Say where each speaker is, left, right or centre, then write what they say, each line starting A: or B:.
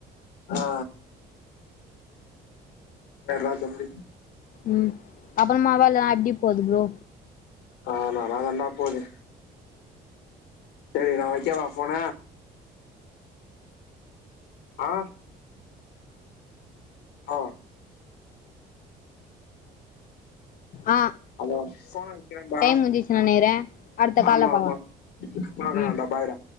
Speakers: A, on the left; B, on the left.
A: ஆ எல்லா கம்பிம்
B: ம் அப்பறமா வேலல்லா எப்படி போது ப்ரோ
A: ஆ நல்லாதண்டா போது சேரி நா வெக்கவா ஃபோன ஆ ஆ
B: ஆ
A: ஹலோ ஃபோன வெக்கிறன்டா
B: டைம் முஞ்சிச்சு நெனைக்கிறே அடுத்த கால்ல
A: ஆமா
B: பாக்கலா
A: ஆமா பாக்கலான்டா
B: ம்
A: பாய்டா